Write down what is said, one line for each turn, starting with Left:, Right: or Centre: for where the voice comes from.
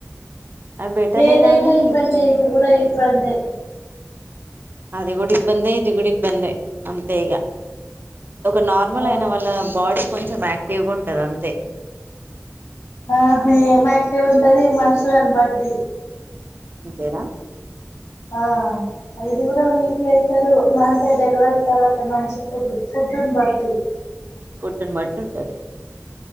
Right: బెటరే
Left: ఏదైనా
Right: గాని
Left: ఇబ్బందె, ఇది కూడా ఇబ్బందె,
Right: అది కూడా ఇబ్బందె, ఇది కూడా ఇబ్బందె అంతే ఈగ ఒక నార్మల్
Left: ఆ
Right: అయిన వాళ్ళ బాడీ, కొంచెం ఆక్టివ్ గా ఉంటది అంతే,
Left: ఆ ఏం ఆక్టివ్ ఉంటది మనుషులను బట్టి,
Right: అంతేనా
Left: ఆ ఐదు కూడా పోతారు. అంతే డెలివరీ తర్వాత మంచి ఫుడ్ ఫుడ్డును బట్టి,
Right: ఫుడ్ ని బట్టి ఉంటది.